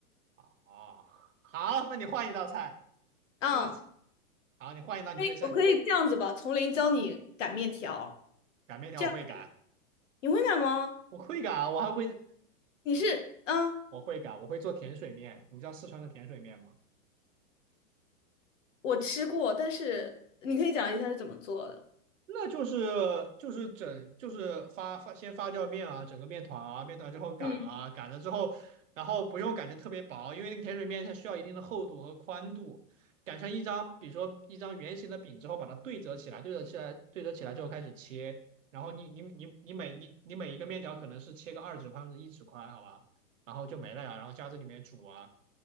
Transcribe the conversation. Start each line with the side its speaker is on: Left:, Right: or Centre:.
Right: 啊。好，那你换一道菜，
Left: 啊，
Right: 因为好，你换一道你最擅
Left: 我可以这样子吧，从零教你擀面条，
Right: 擀面条，
Left: 这样可以。
Right: 我会擀，
Left: 你会擀吗？
Right: 我会擀啊，我还会
Left: 你是嗯，
Right: 我会擀，我会做甜水面。你知道四川的甜水面吗？
Left: 我吃过，但是你可以讲一下是怎么做的。
Right: 那就是就是整就是发发先发酵面啊，整个面团啊，面团之后擀啊，
Left: 嗯，
Right: 擀了之后，然后不用擀成特别薄，因为那个甜水面它需要一定的厚度和宽度，擀成一张，比如说一张圆形的饼之后，把它对折起来，对折起来，对折起来之后开始切，然后你你你你每你你每一个面条可能是切个二指宽或者一指宽，好吧，然后就没了呀，然后加这里面煮啊，